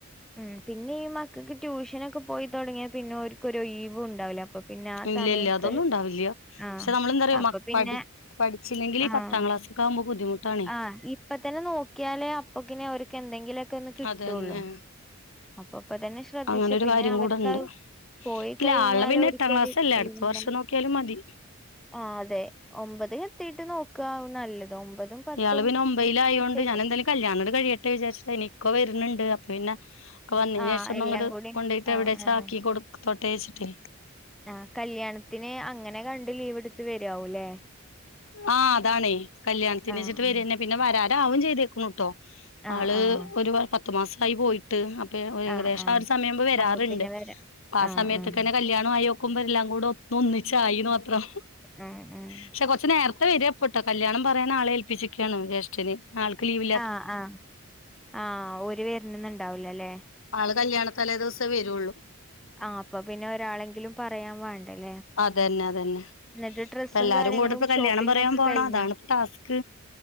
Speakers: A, in the centre; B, on the left (about 70°).
A: ഉം പിന്നെ ഈ മക്കൾക്ക് ട്യൂഷനൊക്കെ പോയി തുടങ്ങിയാ പിന്നെ ഓര്ക് ഒര് ഒഴിവും ഉണ്ടാവില്ലേ അപ്പൊ പിന്നെ ആ
B: ഇല്ല
A: സമയത്ത്
B: ഇല്ല അതൊന്നും ഉണ്ടാവില്ല പക്ഷെ
A: ആഹ്
B: നമ്മളെ നമ്മൾ എന്താ
A: അപ്പൊ പിന്നെ
B: അറിയോ പഠിച്ചില്ലെങ്കിൽ
A: ആഹ്
B: ഈ പത്താം ക്ലാസ്സക്കെ ആകുമ്പോ ബുദ്ധമുട്ടാണ്
A: ആഹ് ഇപ്പ തന്നെ നോക്കിയാലേ അപ്പൊക്കിനെ അവർക്ക് എന്തെങ്കിലുമൊക്കെ ഒന്ന് കിട്ടുള്ളൂ
B: അതന്നെ
A: അപ്പൊ ഇപ്പൊ തന്നെ ശ്രദ്ധിച്ചു
B: അങ്ങനെ ഒരു
A: പിന്നെ
B: കാര്യം
A: അവർക്ക്
B: കൂടെണ്ട്
A: അത് പോയി
B: ഇല്ല
A: കഴിഞ്ഞാൽ
B: ആളെ പിന്നെ
A: ഒരിക്കൊരു
B: എട്ടാം ക്ലാസ്സ് അല്ലെ
A: ഒഴിവുണ്ടാവും
B: അടുത്ത വർഷം നോക്കിയാലും മതി
A: ആഹ് അതെ ഒമ്പത് എത്തിട്ട് നോക്കവും നല്ലത് ഒമ്പതും പത്തും
B: ഇയാള് പിന്നെ ഒമ്പയിൽ ആയോണ്ട്
A: കൃത്യായിട്ട്
B: ഞാനെ എന്തേലും കല്യാണോട് കഴിയട്ടെ വിചാരിച്ചട്ട ഇനിക്ക വരുന്നുണ്ട് അപ്പൊ പിന്നെ ഇക്ക വന്നിന്
A: ആഹ്
B: ശേഷം ഒന്ന്ങട്
A: എല്ലാം കൂടി
B: കൊണ്ട യിട്ട്
A: ആഹ്
B: എവിടെച്ചാക്കി
A: ആഹ്
B: കൊടു തൊട്ടേ വെച്ചിട്ടേ
A: ആഹ് കല്യാണത്തിന് അങ്ങനെ കണ്ട് ലീവ്ടുത്ത് വരാവൂല്ലേ
B: ആ അതാണേ കല്യാണത്തിന്ച്ചിട്ട്
A: ആഹ്
B: വരന്നെ പിന്നെ വരാരാവും ചെയ്തേക്കുന്നുട്ടോ
A: ആഹ്
B: ആള്
A: ആഹ്
B: ഒരു പത്ത് മാസായി പോയി അപ്പ ഏകദേശം
A: ആഹ് ആഹ്
B: ആ ഒരു സമയം വരാറുണ്ട്
A: അപ്പൊ പിന്നെ
B: അ
A: വരാ
B: ആ
A: ആഹ്
B: സമയത്തൊക്കന്നെ
A: ആഹ്
B: കല്യാണആയി നോക്കുമ്പ എല്ലാം കൂടെ ഒ ഒന്നിച്ചായിന് മാത്രം
A: ഉം ഉം
B: പക്ഷെ നേരത്തെ വരികപ്പെട്ടോ കല്യാണം പറയാൻ ആളെ ഏൽപ്പിച്ചിക്കുകയാണ് ജ്യേഷ്ഠന് ആൾക് ലീവ്
A: ആഹ് ആഹ് ആ ഒരു വരിനന്നും ഉണ്ടാവൂലല്ലേ
B: ആള് കല്യാണ തലേ ദിവസേ വരുള്ളൂ
A: ആഹ് അപ്പ പിന്നെ ഒരാളെങ്കിലും പറയാൻ വേണ്ടല്ലേ
B: അതന്നെ അതന്നെ
A: ന്നിട്ട് ഡ്രെസ്സും
B: ഇപ്പ എല്ലാരും
A: കാര്യങ്ങളും
B: കൂടെ ഇപ്പ കല്യാണം
A: ഷോപ്പിങ്ങ
B: പറയാൻ
A: ഒക്കെ
B: പോണം
A: കഴിഞ്ഞോ
B: അതാണ് ഇപ്പ ടാസ്ക്